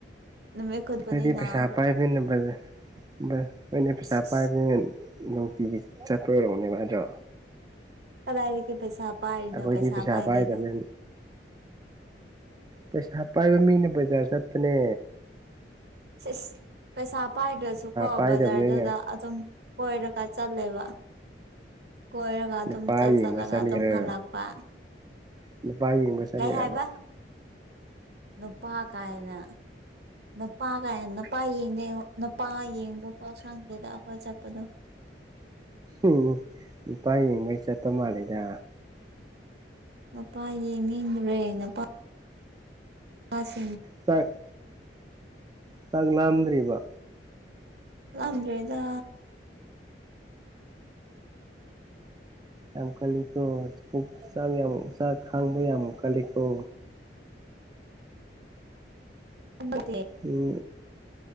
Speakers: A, on the right; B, on the right.
A: ꯅꯨꯃꯤꯠ ꯈꯨꯠꯄꯅꯤꯅ
B: ꯅꯗꯤ ꯄꯩꯁꯥ ꯄꯥꯏꯕꯅ ꯕ ꯅꯗꯤ ꯄꯩꯁꯥ
A: ꯁꯤꯁ
B: ꯄꯥꯏꯕꯅ ꯅꯨꯡꯇꯒꯤ ꯆꯠꯄ ꯑꯣꯏꯔꯣꯅꯦꯕ ꯍꯥꯏꯗ꯭ꯔꯣ
A: ꯀꯗꯥꯏꯗꯦ ꯄꯩꯁꯥ ꯄꯥꯏꯔꯤꯅꯣ
B: ꯑꯩꯈꯣꯏꯗꯤ ꯄꯩꯁꯥ
A: ꯄꯥꯏꯗꯦꯗ
B: ꯄꯥꯏꯗꯕꯅꯤ ꯄꯩꯁꯥ ꯄꯥꯏꯕ ꯃꯤ ꯄꯩ ꯆꯥ ꯆꯠꯅꯦ
A: ꯁꯤꯁ ꯄꯩꯁꯥ ꯄꯥꯏꯗ꯭ꯔꯁꯨ ꯀꯣ
B: ꯄꯥꯏꯗꯕꯅꯤꯅ
A: ꯕꯖꯥꯔꯗꯨꯗ ꯑꯗꯨꯝ ꯀꯣꯏꯔꯀ ꯆꯠꯂꯦꯕ ꯀꯣꯏꯔꯒ ꯑꯗꯨꯝ
B: ꯅꯨꯄꯥ
A: ꯆꯠ
B: ꯌꯦꯡꯕ
A: ꯆꯠꯂꯒ
B: ꯆꯠꯂꯤꯔ
A: ꯑꯗꯨꯝ ꯍꯜꯂꯛꯄ
B: ꯅꯨꯄꯥ ꯌꯦꯡꯕ ꯆ
A: ꯀꯩ
B: ꯌꯦꯡꯉꯕ
A: ꯍꯥꯏꯕ ꯅꯨꯄꯥ ꯀꯥꯏꯅ ꯅꯨꯄꯥ ꯀꯥꯏꯅ ꯅꯨꯄꯥ ꯌꯦꯡꯒꯦ ꯅꯨꯄꯥ ꯌꯦꯡꯕ ꯄꯥꯎ ꯁꯪꯒꯦꯗ ꯑꯩꯈꯣꯏ ꯆꯠꯄꯗꯣ <inaudible>
B: ꯎꯝ ꯅꯨꯄꯥ ꯌꯦꯡꯕꯩ ꯆꯠꯄ ꯃꯥꯜꯂꯦꯗ
A: ꯅꯨꯄꯥ ꯌꯦꯡꯅꯤꯡꯗꯨꯔꯦ ꯅꯨꯄꯥ ꯑ <inaudible>
B: ꯆꯥꯛ ꯆꯥꯛ ꯂꯥꯝꯗ꯭ꯔꯤꯕ
A: ꯂꯝꯗꯗ
B: ꯌꯥꯝ ꯀꯜꯂꯤ ꯀꯣ ꯆ ꯆ ꯈꯥꯡꯕ ꯌꯥꯝꯨꯛ ꯀꯂꯤꯄꯣ
A: ꯍꯟꯗꯛꯇꯤ
B: ꯑꯣ